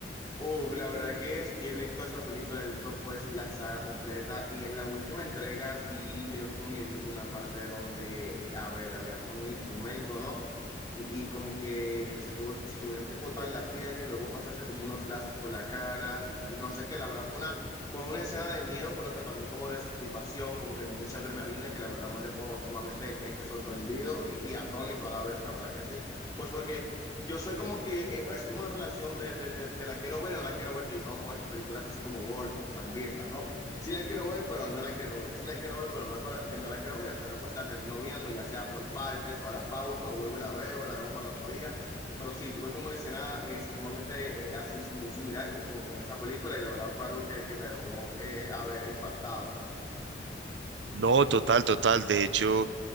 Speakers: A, on the left; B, on the right.
A: Uf, la verdad que sí he visto esa película, he visto pues la saga completa y en la última entrega sí me dio como miedito una parte donde, a ver, había como un instrumento, ¿no? y, y como que se, tuvo, se tuvieron que cortar la pierna y luego pasarse como unos láser por la cara y, y no sé qué, la verdad fue una, fue una escena de miedo, pero que también como de satisfacción, como que de mucha adrenalina, que la verdad me dejó sumamente este, sorprendido y, y atónito a la vez, la verdad que sí, pues porque... Yo soy como que, eh, es como una relación de, de, de, de la quiero ver y no la quiero ver, que yo tengo con esas películas así como gore, como sangrientas, ¿no? sí la quiero ver, pero no la quiero ver, sí la quiero ver, pero no la, cor- eh, no la quiero ver y al final pues la termino viendo, ya sea por partes o la pauso o vuelvo y la veo, la dejo para otro día. Pero sí, tuve como una escena eh, sumamente eh, así, muy similar con, con, con, esa película y la verdad fue algo que, que me dejó eh, haber impactado.
B: No, total, total. De hecho,